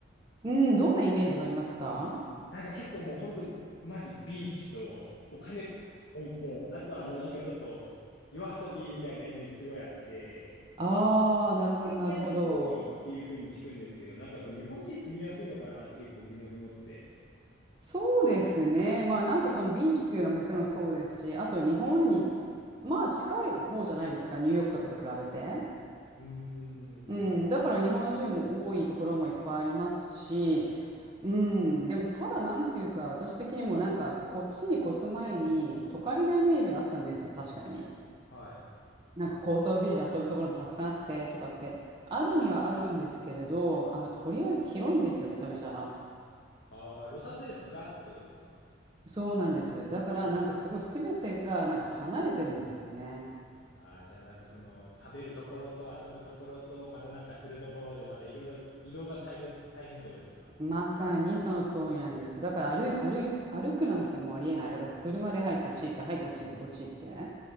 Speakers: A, on the right; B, on the left.
A: うん、どんなイメージがありますか <laughs>
B: なんか結構もう本当、マジビーチとお金も、あとはあの、なんかちょっと夜遊びみたいなイメージすごいあって、
A: ああ、なるほど、
B: 変形の人多いっていうふうに聞くんですけど、
A: なるほど。
B: なんかその日本人住みやすいのかなって結構疑問に思ってて。
A: そうですね。まあ、なんかそのビーチっていうのはもちろんそうですし、あと日本に、まあ、近い方じゃないですか、ニューヨークとかと比べて。
B: うー
A: うん、
B: ん。
A: だから日本人も多いところもいっぱいありますし、うん、でもただなんていうか、私的にもなんかこっちに越す前に都会なイメージがあったんですよ、確かに。
B: はい。
A: なんか高層ビルで遊ぶところもたくさんあってとかってあるにはあるんですけれどあのとりあえず広いんですよめちゃめちゃ
B: ああ、ロサンゼルスがってことですか
A: そうなんですだからなんかすごい全てがなんか離れてるんですよね
B: ああー、じゃあなんかその食べるところと遊ぶところとまたなんかするところでまたいろいろ移動が大変、大変ってことですか
A: まさにその通りなんですだから歩い、歩い、歩くなんてもうありえないだから車ではいこっち行ってはいこっち行ってこっち行って